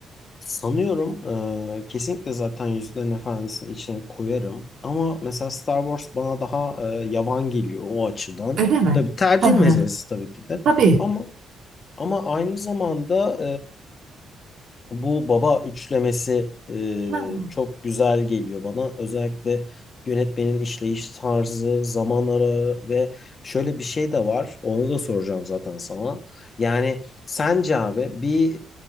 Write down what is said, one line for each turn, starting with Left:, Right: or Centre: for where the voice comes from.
Left: Sanıyorum eee, kesinlikle zaten Yüzüklerin Efendisi'nin içine koyarım. Ama mesela Star Wars bana daha eee, yavan geliyor o açıdan.
Right: Öyle mi?
Left: Tabii tercih
Right: Hı hı.
Left: meselesi tabii ki de.
Right: Tabii.
Left: Ama ama aynı zamanda bu baba üçlemesi e,
Right: Hı.
Left: çok güzel geliyor bana. Özellikle yönetmenin işleyiş tarzı, zaman arağı ve şöyle bir şey de var. Onu da soracağım zaten sana. Yani sence abi bir